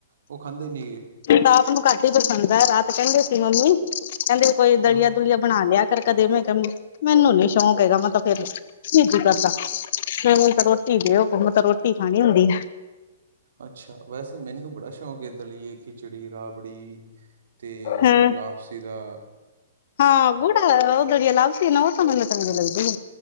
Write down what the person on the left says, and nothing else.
ਪ੍ਰਤਾਪ ਨੂੰ ਘੱਟ ਈ ਪਸੰਦ ਐ, ਰਾਤ ਕਹਿੰਦੇ ਸੀ ਮੰਮੀ, ਕਹਿੰਦੇ ਕੋਈ ਦਲੀਆ
ਦੁਲੀਆ ਬਣਾ ਲਿਆ ਕਰ ਕਦੇ ਮੈ ਖਿਆ ਮੈਨੂੰ ਨੀ ਸ਼ੌਕ ਹੈਗਾ ਮੈਂ ਤਾਂ ਫੇਰ ਨਈ ਜੀ ਕਰਦਾ ਮੈਨੂੰ ਤੇ ਹੁਣ ਤਾਂ ਰੋਟੀ ਦਿਓ, ਮੈਂ ਤਾਂ ਰੋਟੀ ਖਾਣੀ ਹੁੰਦੀ ਆ
ਹਾਂ
ਹਾਂ ਗੂੜਾ ਉਹ ਦੜੀਆਂ ਲਾਪਸੀ ਨਾ ਉਹ ਤਾਂ ਮੈਨੂੰ ਚੰਗੀ ਲੱਗ ਦੀਏ